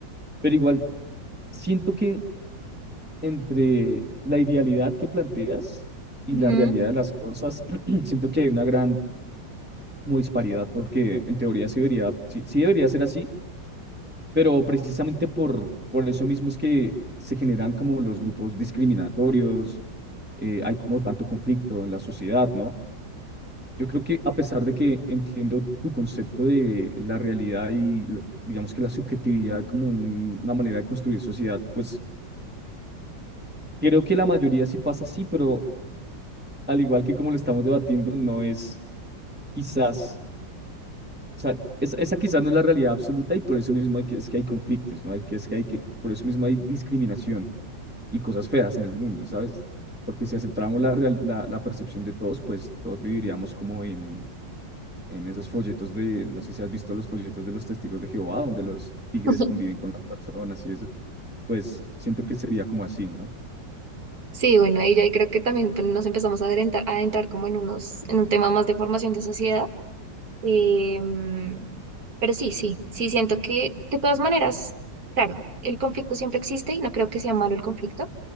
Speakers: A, in the centre; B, on the right.
A: pero igual Siento que entre la idealidad que planteas y
B: Ujú.
A: la realidad de las cosas, <clears throat> siento que hay una gran como disparidad porque en teoría sí debería, sí, sí debería ser así, pero precisamente por, por eso mismo es que se generan como los grupos discriminatorios, eh, hay como tanto conflicto en la sociedad, ¿no? Yo creo que a pesar de que entiendo tu concepto de la realidad y la- digamos que la subjetividad como un- una manera de construir sociedad, pues creo que la mayoría sí pasa así, pero al igual que como lo estamos debatiendo, no es quizás, o sea, esa, esa quizás no es la realidad absoluta y por eso mismo hay que, es que hay conflictos, ¿no? Hay que, es que hay que, por eso mismo hay discriminación y cosas feas en el mundo, ¿sabes? Porque si aceptáramos la, real- la, la percepción de todos, pues todos viviríamos como en, en esos folletos de, no sé si has visto los folletos de los testigos de Jehová, donde los tigres
B: <laughs>
A: conviven con las personas y eso, pues siento que sería como así, ¿no?
B: Sí, bueno, ahí ya creo que también pues, nos empezamos a adentrar, a adentrar como en unos, en un tema más de formación de sociedad. Em, pero sí, sí, sí siento que de todas maneras, claro, el conflicto siempre existe y no creo que sea malo el conflicto,